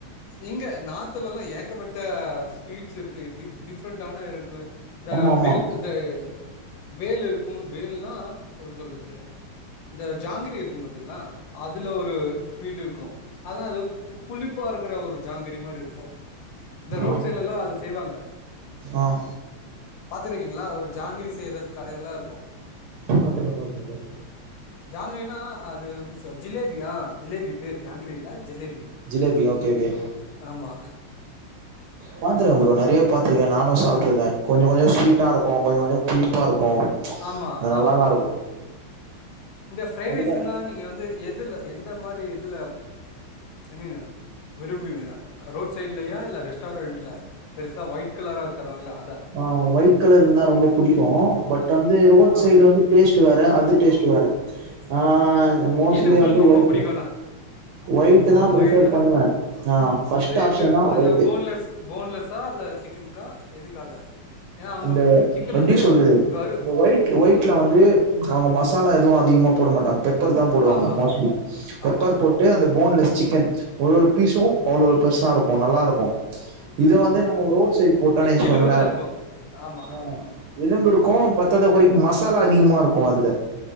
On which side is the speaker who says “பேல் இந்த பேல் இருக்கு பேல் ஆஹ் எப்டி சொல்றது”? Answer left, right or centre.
Left